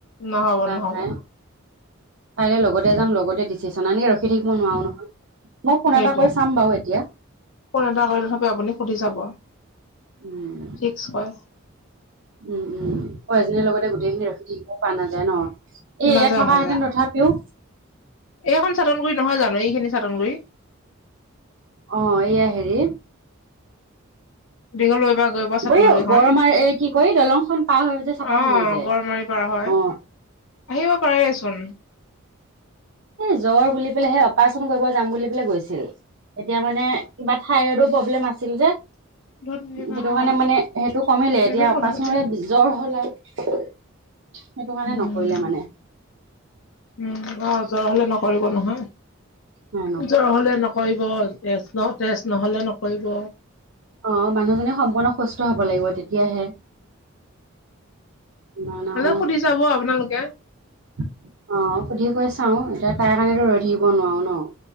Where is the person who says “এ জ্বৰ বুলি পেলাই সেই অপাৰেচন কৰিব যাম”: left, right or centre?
Right